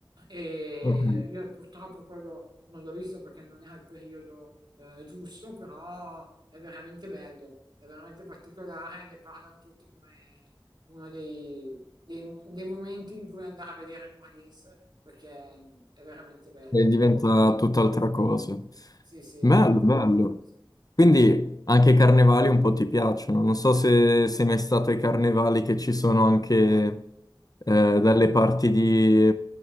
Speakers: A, on the right; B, on the left.
A: e
B: Ok.
A: io purtroppo quello non l'ho visto perché non era il periodo eh, giusto, però è veramente bello, è veramente particolare, ne parlano tutti come uno dei, dei- dei momenti in cui andare a vedere New Orleans perché mm, è veramente bello.
B: E
A: ecco.
B: diventa tutt'altra cosa.
A: Sì, sì,
B: Bello,
A: è proprio
B: bello.
A: un'altra cosa.
B: Quindi anche i carnevali un po' ti piacciono. Non so se sei mai stato ai carnevali che ci sono anche eh, dalle parti di...